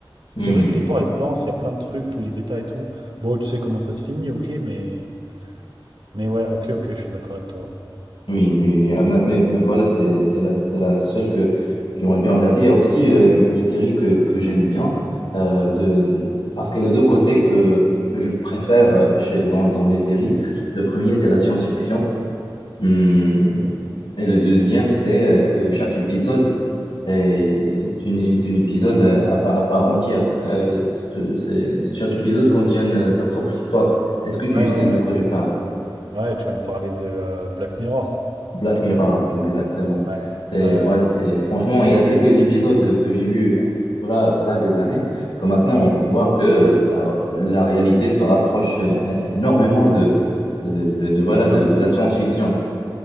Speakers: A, on the right (about 85°); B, on the left (about 75°).
A: Parce
B: Hmm.
A: que c'est vrai que l'histoire, elle est dense, il y a plein de trucs, tous les détails et tout. Bon, tu sais comment ça se finit, ok, mais. Mais ouais, ok, ok, je suis d'accord avec toi.
B: Oui, oui, oui. Ah, mais, mais, mais voilà, c'est c'est la, c'est la seule que j'aimerais bien regarder. Il y a aussi euh, une série que, que j'aime bien, euh, de, parce qu'elle a deux côtés que, que je préfère euh, chez, dans, dans les séries. Le premier, c'est la science-fiction. Hum,
A: Ok.
B: et le deuxième, c'est euh, que chaque épisode est, une, est un épisode euh, à, pa- à part entière. Euh, c'est, c'est- chaque épisode contient euh, sa propre histoire. Est-ce que tu
A: Ouais,
B: sais
A: ouais,
B: de
A: ouais.
B: quoi je parle?
A: Ah Ouais, tu vas me parler de euh, Black Mirror.
B: Black Mirror, exactement.
A: Ouais,
B: Et
A: ouais,
B: voilà,
A: ouais.
B: c'est franchement, il y a quelques épisodes que j'ai vus, voilà, voilà des années, que maintenant on peut voir que euh, ça, la réalité se rapproche euh,
A: Ouais, ouais.
B: énormément
A: Exactement.
B: de, de, de- de- voilà,
A: C'est
B: de,
A: dingue.
B: de
A: hein.
B: la science-fiction.